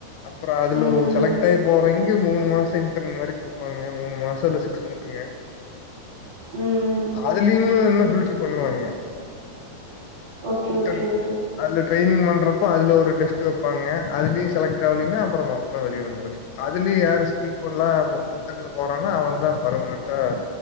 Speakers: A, on the left (about 80°); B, on the right (about 40°).
A: அப்றோ அதுலோ
B: ம் ம்
A: செலக்ட் ஆகி போறங்கியு மூணு மாசொ இன்டர்ன் மாரி குடுப்பாங்க மூணு மாசொ இல்ல சிக்ஸ் மந்த்துங்க
B: ம் ம்
A: அதுலயுமே இன்னு ஃபில்ட்ரு பண்ணுவாங்க
B: ஓகே
A: இன்டர்ன்
B: ஓகே ஓகே
A: அதுல ட்ரைனிங் பண்றப்போ அதுல ஒரு டெஸ்ட் வப்பாங்க அதுலயு செலக்ட் ஆவலினா அப்றோ மொத்தமா வெளிய வந்துரனு அதுலயு யாரு ஸ்கீல் போல்லா போ இன்டர்ன்ல போறானோ அவந்தா பர்மனன்டா